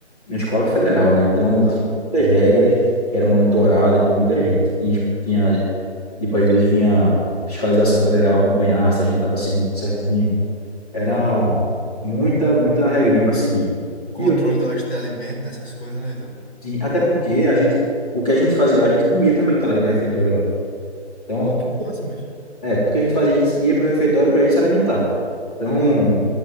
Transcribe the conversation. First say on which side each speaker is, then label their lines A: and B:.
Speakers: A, on the left; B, on the left.
A: uma escola federal, né? Então
B: aham.
A: tinha muitas regras que eram monitoradas por muita gente. Tinha, tinha, tipo, às vezes vinha fiscalização federal acompanhar se a gente tava seguindo tudo certinho. Era muita, muita regrinha para seguir.
B: Controle,
A: E eu,
B: eu acho, de alimento, essas coisas, né, então?
A: assim, até porque a gente, o que a gente fazia lá, a gente comia também, tá ligado? No refeitório lá. Então,
B: Pô, que massa, bicho.
A: é, tudo que a gente fazia, a gente ia para o refeitório para a gente se alimentar. Então, n-